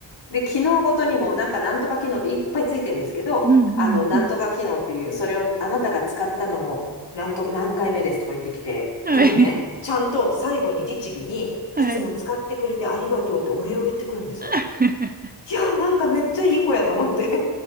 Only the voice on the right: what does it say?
んうんうん。
はい。
はい。
<laughs>